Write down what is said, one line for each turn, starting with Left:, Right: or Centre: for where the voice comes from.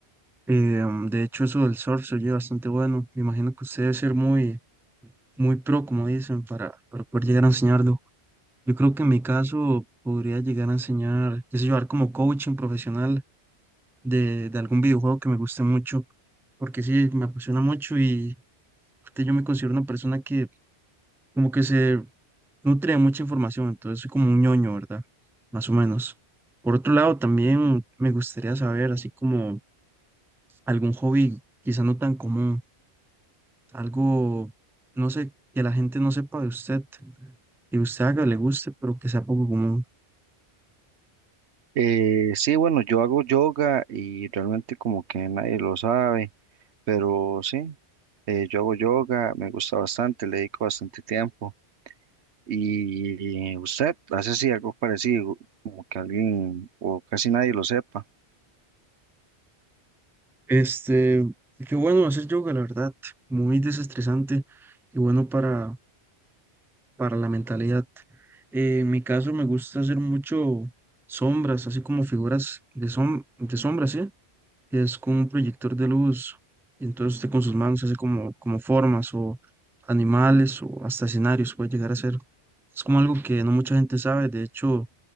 Centre: Em, de hecho, eso del surf se oye bastante bueno. Me imagino que usted debe ser muy, muy pro, como dicen, para, para poder llegar a enseñarlo. Yo creo que en mi caso podría llegar a enseñar, qué sé yo, dar como coaching profesional de, de algún videojuego que me guste mucho porque sí, me apasiona mucho y Aparte, yo me considero una persona que como que se nutre de mucha información, entonces soy como un ñoño, ¿verdad? Más o menos. Por otro lado, también me gustaría saber, así como algún hobby quizá no tan común, algo, no sé, que la gente no sepa de usted y usted haga, le guste, pero que sea poco común.
Right: Eh, sí, bueno, yo hago yoga y realmente como que nadie lo sabe, pero sí, eh, yo hago yoga, me gusta bastante, le dedico bastante tiempo. ¿Y usted hace así algo parecido, como que alguien o casi nadie lo sepa?
Centre: Este, qué bueno hacer yoga, la verdad, muy desestresante y bueno para para la mentalidad. Eh, en mi caso me gusta hacer mucho sombras, así como figuras de, som de sombras, ¿sí? Que es con un proyector de luz. y Entonces usted con sus manos hace como, como formas o animales o hasta escenarios puede llegar a ser. Es como algo que no mucha gente sabe. De hecho,